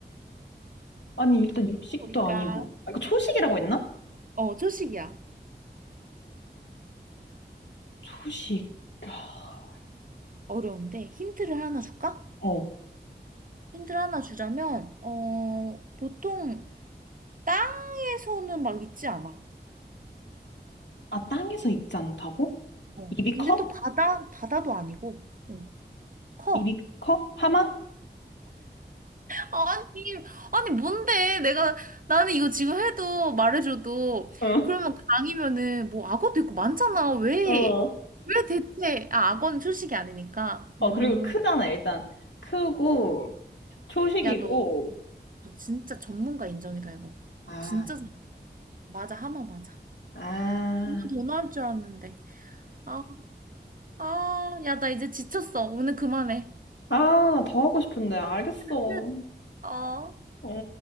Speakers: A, on the left (about 75°); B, on the right (about 50°).
A: 아니, 일단 육식도
B: 그러니까.
A: 아니고. 아, 이거 초식이라고 했나?
B: 어, 초식이야.
A: 초식. 아,
B: 어려운데 힌트를 하나 줄까?
A: 어.
B: 힌트를 하나 주자면 어 보통 땅에서는 막 있지 않아.
A: 아, 땅에서 익지 않다고?
B: 어
A: 입이
B: 근데
A: 커?
B: 또 바다 바다도 아니고 어, 커.
A: 입이 커? 하마?
B: 아니, 아니, 뭔데? 내가, 나는 이거 지금 해도 말해줘도,
A: 응.
B: 그러면 강이면은, 뭐, 악어도 있고 많잖아. 왜?
A: 어.
B: 왜 대체? 아, 악어는 초식이 아니니까.
A: 어,
B: 음,
A: 그리고 크잖아, 일단. 크고, 초식이고.
B: 야, 너, 너 진짜 전문가 인정이다, 이거.
A: 아,
B: 너 진짜, 전- 맞아, 하마 맞아.
A: 아.
B: 너무 더 나올 줄 알았는데. 아, 아, 야, 나 이제 지쳤어. 오늘 그만해.
A: 아, 나 더 하고 싶은데. 알겠어.
B: <laughs> 어.
A: 어,